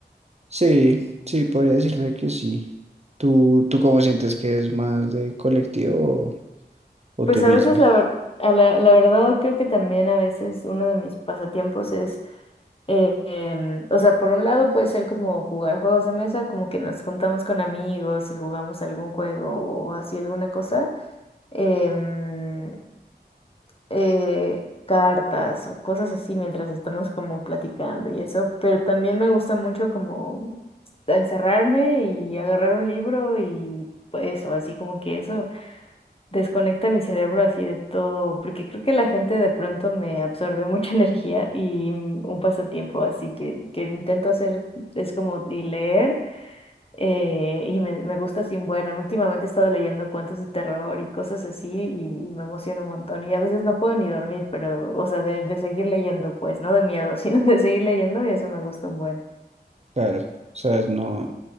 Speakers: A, on the right (about 40°); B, on the left (about 35°).
A: Sí, sí, podría decirse que sí. ¿Tú, tú cómo sientes que es más de colectivo o, o
B: Pues
A: tú misma?
B: a veces la, ver- a la, la verdad creo que también a veces uno de mis pasatiempos es, eh, em, o sea, por un lado puede ser como jugar juegos de mesa, como que nos juntamos con amigos y jugamos algún juego o así alguna cosa. Em, eh, cartas o cosas así mientras estamos como platicando y eso, pero también me gusta mucho como encerrarme y agarrar un libro y eso, así como que eso desconecta mi cerebro así de todo, porque creo que la gente de pronto me absorbe mucha <laughs> energía y un pasatiempo así que, que intento hacer es como de leer eh, y me, me gusta así, bueno, últimamente he estado leyendo cuentos de terror y cosas así y me emociona un montón y a veces no puedo ni dormir, pero, o sea, de, de seguir leyendo, pues, no de miedo, <laughs> sino de seguir leyendo y eso me gusta un buen.
A: Claro, o sea, no,